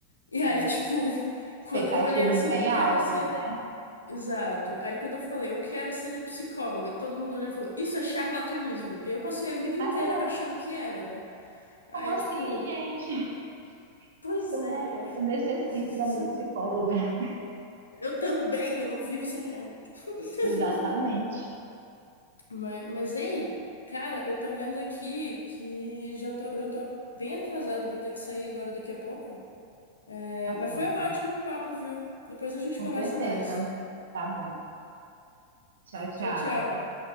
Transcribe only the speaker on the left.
E aí,
tipo, <laughs>
quando eu olhei assim,
eu quero
ser
Exato. Aí quando eu falei, eu quero ser psicóloga, todo mundo olhou e falou, isso é charlatanismo. E aí eu passei a vida
inteira
achando que era, né? Aí,
tipo,
pois
é.
<laughs>
Eu também, eu não vivo sem ela. <laughs>
Mas, mas, hein, cara, eu tô vendo aqui que já tô, já tô bem atrasada, eu vou ter que sair agora daqui a pouco. É,
mas
foi ótimo o papo, viu? Depois a gente
conversa
mais.
Tchau, tchau.